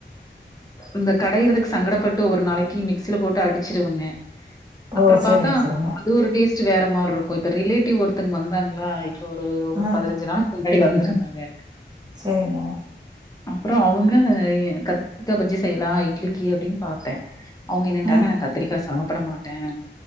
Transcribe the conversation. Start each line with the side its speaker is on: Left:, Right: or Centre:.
Left: இந்த கடையுறதுக்கு சங்கடப்பட்டு ஒரு நாளைக் கி மிக்சில போட்டு அடிச்சிருவேங்க அப்புறோ
Right: ஓ! சரிங்க,
Left: பாத்தா
Right: சரிங்க.
Left: அது ஒரு டேஸ்ட்டு வேற மார் இருக்கு இப்ப ரிலேட்டிவ் ஒருத்தங்க வந்தாங்களா இப்ப ஒரு ஒரு
Right: ம்.
Left: பதினஞ்சு நாளைக்கி அடி வந்திருந்தாங்க
Right: செரிங்க
Left: அப்றோ அவுங்க எ கத்திக்கா பஜ்ஜி செய்லா இட்லிக்கு அப்டின்னு பாத்தே அவுங்க என்னன்டாங்க
Right: ம்.
Left: நா கத்திரிக்கா சாப்பிட மாட்டே